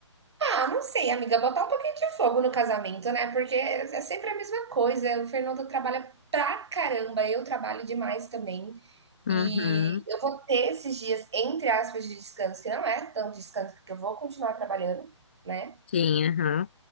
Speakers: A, on the right; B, on the left.
A: ah, não sei, amiga, botar um pouquinho de fogo no casamento, né? Porque é sempre a mesma coisa. O Fernando trabalha pra caramba, eu trabalho demais também.
B: uhum,
A: E eu vou ter esses dias, entre aspas, de descanso, que não é tanto descanso, porque eu vou continuar trabalhando, né?
B: sim, uhum.